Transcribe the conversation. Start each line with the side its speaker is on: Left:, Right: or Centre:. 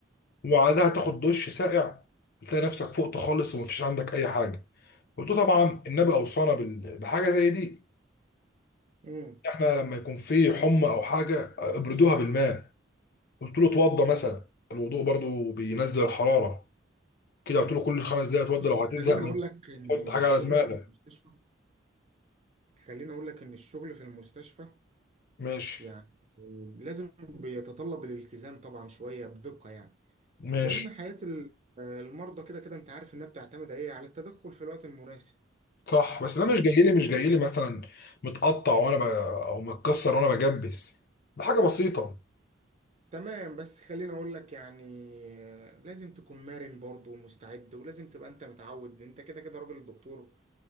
Left: وبعدها تاخد دش ساقع هتلاقي نفسك فقت خالص ومفيش عندك اي حاجه قلت له طبعا النبي اوصانا بال- بحاجه زي دي
Right: امم
Left: احنا لما يكون في حمى او حاجه ابردوها بالماء قلت له اتوضى مثلا الوضوء برضو بينزل الحراره كده قلت له كل خمس دقايق اتوضى
Right: بص
Left: لو
Right: خليني
Left: هتزهق من
Right: اقول لك ان
Left: حط حاجه
Right: الشغل
Left: على دماغك
Right: في المستشفى خليني اقول لك ان الشغل في المستشفى
Left: ماشي
Right: يعني لازم بيتطلب الالتزام طبعا شويه بدقه يعني
Left: ماشي
Right: لان حياه ال- المرضى كده كده انت عارف انها بتعتمد ايه على التدخل في الوقت المناسب
Left: صح بس ده
Right: تمام
Left: مش جاي لي مش جاي لي مثلا متقطع وانا ب... او متكسر وانا بجبس ده حاجه بسيطه
Right: تمام بس خليني اقول لك يعني لازم تكون مرن برضه ومستعد ولازم تبقى انت متعود انت كده كده راجل دكتور